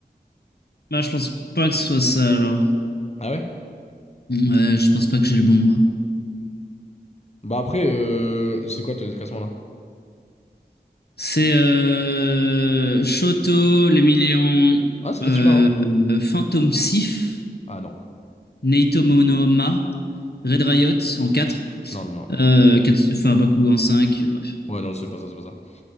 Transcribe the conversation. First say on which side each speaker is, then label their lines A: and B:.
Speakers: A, on the left (about 70°); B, on the left (about 40°).
A: Bah, je pense pas que ce soit ça, alors.
B: Ah ouais?
A: Ouais, je pense pas que j'ai le bon, moi.
B: Bah après, euh, c'est quoi toi, le classement là?
A: C'est euh... Shoto, les millions...
B: Ah, c'est
A: Euh...
B: peut-être celui-là, hein?
A: Phantom Sif.
B: Ah non.
A: Naito Monohama, Red Riot en 4,
B: Non, non, non.
A: euh, Kats- Farabaku en 5, bref.
B: Ouais, non, c'est pas ça, c'est pas ça.